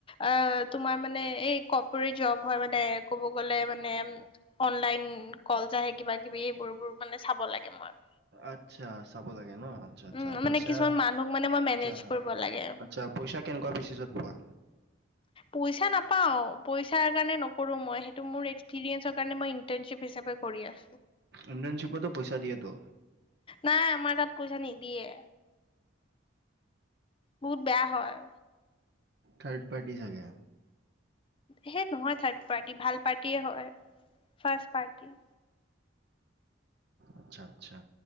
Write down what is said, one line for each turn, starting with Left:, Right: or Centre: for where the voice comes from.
Left: অ তোমাৰ মানে এই কপৰে জব হয় মানে ক'ব গলে মানে অনলাইন কলজ আহে কিবা কিবি এইবোৰ বোৰ মানে চাব লাগে মই
Right: আচ্ছা চাব লাগে ন আচ্ছা আচ্ছা
Left: উম
Right: পইচা
Left: মানে কিছুমান মানুহক মানে মই মেনেজ
Right: আচ্ছা
Left: কৰিব লাগে
Right: আচ্ছা পইচা কেনেকুৱা বেচিছত পোৱা
Left: পইচা নাপাও পইচাৰ কাৰণে ন কৰো মই সেইটো মোৰ এক্সপিৰিয়েঞ্চৰ কাৰণে ইণ্টাৰ্ণশ্বিপ হিচাপে কৰিয়া
Right: ইন্টানশ্বিপটো পইচা দিয়েটো
Left: নাই আমাৰ তাত পইচা নিদিয়ে বহুত বেয়া হয়
Right: থাৰ্ড পাৰ্টি চাগে
Left: সেই নহয় থাৰ্ড পাৰ্টি ভাল পাৰ্টি হয় ফাষ্ট পাৰ্টি
Right: আচ্ছা আচ্ছা